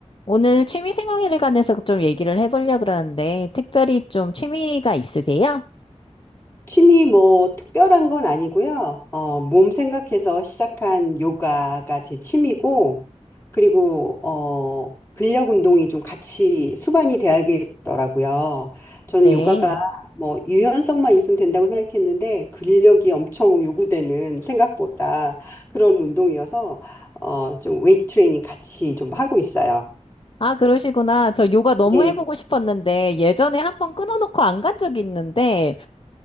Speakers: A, on the left (about 45°); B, on the left (about 20°).
A: 오늘 취미 생활에 관해서 좀 얘기를 해보려고 그러는데, 특별히 좀 취미가 있으세요?
B: 취미 뭐 특별한 건 아니고요. 어, 몸 생각해서 시작한 요가가 제 취미고, 그리고 어, 근력 운동이 좀 같이 수반이 돼야겠더라고요. 저는
A: 네.
B: 요가가 뭐 유연성만 있으면 된다고 생각했는데 근력이 엄청 요구되는 생각보다 그런 운동이어서 어, 좀 웨이트 트레이닝 같이 좀 하고 있어요.
A: 아, 그러시구나. 저 요가 너무
B: 네.
A: 해보고 싶었는데, 예전에 한번 끊어놓고 안 간 적이 있는데,